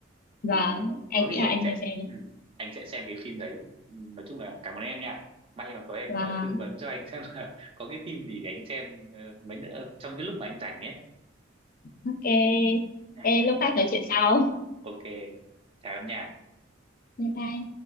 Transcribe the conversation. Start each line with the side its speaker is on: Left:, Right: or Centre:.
Left: và
Right: thì ờ,
Left: em
Right: có gì
Left: nghĩ là
Right: anh
Left: anh
Right: sẽ
Left: nên xem đi
Right: ừ, anh sẽ xem cái phim đấy Ừ, nói chung là cảm ơn em nha may mà có em
Left: và
Right: ờ, tư vấn cho anh xem là <laughs> có cái phim gì để anh xem ờ, mấy nữa trong cái lúc mà anh rảnh ấy
Left: ok
Right: ừ,
Left: Ê,
Right: ừ.
Left: lúc khác nói chuyện sau
Right: ok chào em nha
Left: bye bye